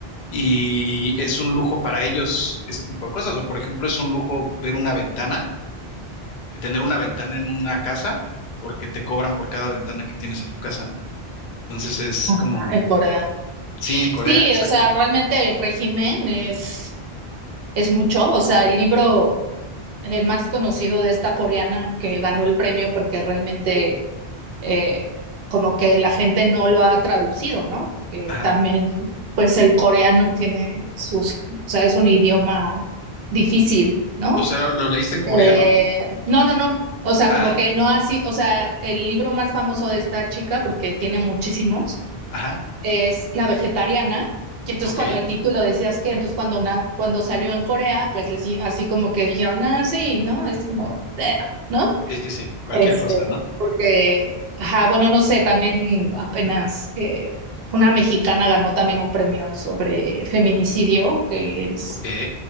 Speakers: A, on the left (about 55°); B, on the right (about 70°).
A: Y es un lujo para ellos ese tipo de cosas, o por ejemplo, es un lujo ver una ventana, tener una ventana en una casa, porque te cobran por cada ventana que tienes en tu casa, ¿no? Entonces es
B: ajá,
A: como,
B: en Corea.
A: sí, en Corea,
B: Sí,
A: exactamente.
B: o sea, realmente el régimen es, es mucho, o sea, el libro eh, más conocido de esta coreana que ganó el premio porque realmente eh, como que la gente no lo ha traducido, ¿no? Porque
A: Ajá.
B: también, pues el coreano tiene sus, o sea, es un idioma difícil, ¿no?
A: O sea, ¿lo, lo leíste en coreano?
B: Eh, no, no, no. O sea,
A: Ah,
B: como que no así, o sea, el libro más famoso de esta chica, porque tiene muchísimos,
A: ajá,
B: es La vegetariana. Que entonces
A: ok.
B: cuando el título decías que, entonces cuando, na- cuando salió en Corea, pues les, di- así como que dijeron, ah, sí, ¿no? Es como, eh, ¿no?
A: Sí, sí, sí, cualquier
B: Este,
A: cosa, ¿no?
B: porque, ajá, bueno, no sé, también apenas eh, una mexicana ganó también un premio sobre feminicidio, que es,
A: Ok,